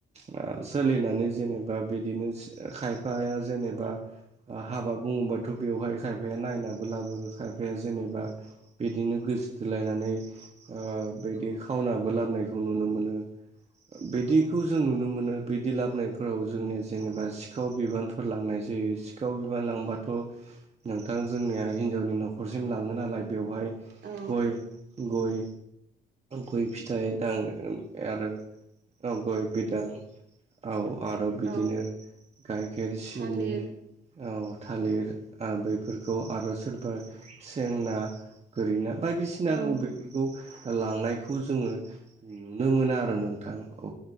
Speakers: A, on the right; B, on the right.
A: ओ सोलिनानै जेने बा बिदिनो सि खायफाया जेनेबा आ हाबा बुङोबाथ' बेवहाय खायफाया नायनाबोलाबो खायफाया जेनेबा बिदिनो गोसोथोलायनानै। ओ बिदि खावनाबो लाबोनायखौ नुनो मोनो। बिदिखौ जों नुनो मोनो बिदि लाबोनफोराव जोंनिया जेनेबा सिखाव बिबानफोर लांनाय जायो। सिखाव बिबान लांबाथ' नोंथां जोंनिया हिनजावनि न'खरसिम लाङो नालाय। बेवहाय
B: औ
A: गय गय गय फिथाइ दां ओम आरो औ गय बिदां औ आरो बिदिनो
B: औ
A: गाइखेर सिनि
B: थालिर
A: औ थालिर
B: औ
A: आ बेफोरखौ आरो सोरबा सेंना गोरिना बायदिसिनाखौ
B: औ
A: बे फोरखौ लांनायखौ जोङो नुनो मोनो आरो नोंथां। औ